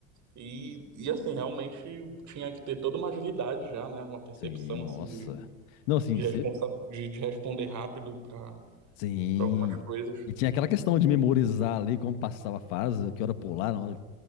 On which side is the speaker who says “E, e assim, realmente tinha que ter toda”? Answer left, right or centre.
Right